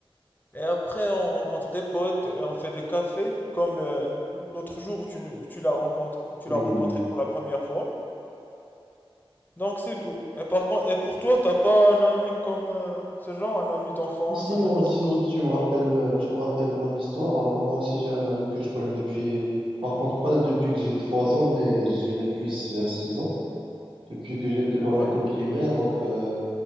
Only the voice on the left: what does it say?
Et après, on rencontre des potes et on fait des cafés, comme euh, l'autre jour où tu, tu l'as rencontré, tu
l'as rencontré
pour la première fois. Donc c'est tout. Et par contre, et pour toi, t'as pas un ami comme euh, ce genre, un ami d'enfance,
un
ami
qui compte
pour
toi?
Oui.